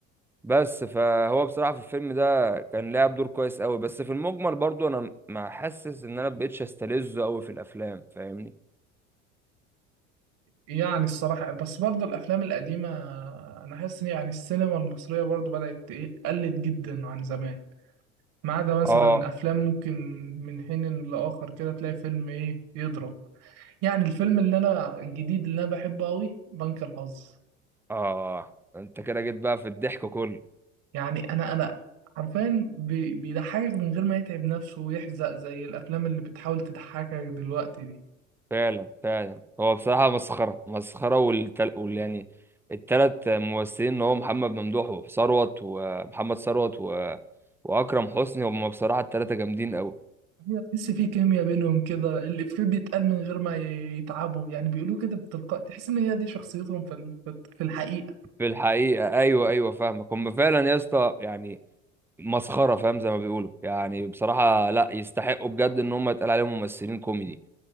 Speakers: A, in the centre; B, on the right (about 50°).
A: بس فهو بصراحة في الفيلم ده كان لعب دور كويس قوي بس في المجمل برضو انا ما حاسس ان انا مبقتش استلذه قوي في الافلام فاهمني
B: يعني الصراحة بس برضه الأفلام القديمة أنا حاسس إن يعني السينما المصرية برضه بدأت تق- قلت جدا عن زمان ما عدا مثلا
A: اه
B: أفلام ممكن من حين لآخر كده تلاقي فيلم إيه يضرب يعني الفيلم اللي انا الجديد اللي انا بحبه قوي بنك الحظ
A: اه انت كده جيت بقى في الضحك كله
B: يعني انا انا عارفين بي- بيضحكك من غير ما يتعب نفسه ويحزق زي الافلام اللي بتحاول تضحكك دلوقتي دي
A: فعلا فعلا هو بصراحة مسخرة مسخرة والتل... وال يعني التلات ممثلين اللي هو محمد ممدوح وثروت ومحمد ثروت و... واكرم حسني هم بصراحة التلاتة جامدين قوي
B: هي تحس في كيمياء بينهم كده الإفيه بيتقال من غير ما ي- يتعبوا يعني بيقولوا كده بتلقاء تحس ان هي دي شخصيتهم في ال- في الحقيقة
A: في الحقيقة أيوه أيوه فاهمك هم فعلا يا اسطى يعني مسخرة فاهم زي ما بيقولوا يعني بصراحة لا يستحقوا بجد إن هم يتقال عليهم ممثلين كوميدي